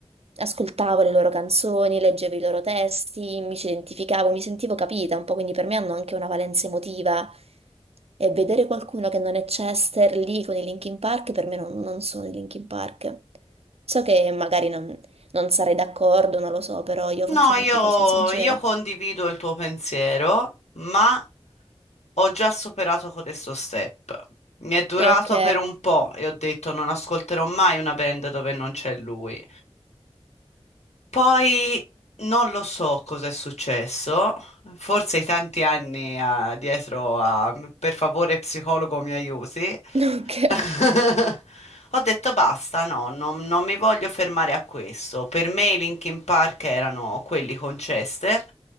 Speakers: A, on the right; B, on the left.
A: ascoltavo le loro canzoni, leggevo i loro testi, mi ci identificavo, mi sentivo capita un po', quindi per me hanno anche una valenza emotiva. E vedere qualcuno che non è Chester lì con i Linkin Park, per me non, non sono i Linkin Park. So che magari non, non sarei d'accordo, non lo so, però io
B: No,
A: faccio fatica,
B: io,
A: sono sincera.
B: io condivido il tuo pensiero, ma ho già superato questo step. Mi è durato
A: Ok,
B: per un po' e ho detto non ascolterò mai una band dove non c'è lui. Poi non lo so cosa è successo, forse i tanti anni ah, dietro a per favore psicologo mi aiuti.
A: <laughs> ok,
B: <laughs> Ho detto basta, no, non, non mi voglio fermare a questo. Per me i Linkin Park erano quelli con Chester,